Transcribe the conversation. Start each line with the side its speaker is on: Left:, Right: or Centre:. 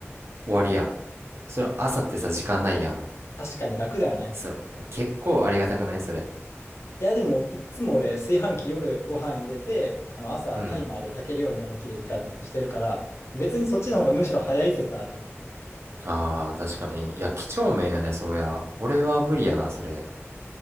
Right: う終わりやんそれ朝ってさ時間ないやん
Left: 確かに楽だよね。
Right: そう結構ありがたくないそれ
Left: いや、でも、いっつも俺、炊飯器夜ご飯入れて、あの朝タイマーで炊けるように起きる時間にしてるから、
Right: うん
Left: 別にそっちの方がむしろ早い説あるよ。
Right: あー確かにいや几帳面やねそうや俺は無理やなそれ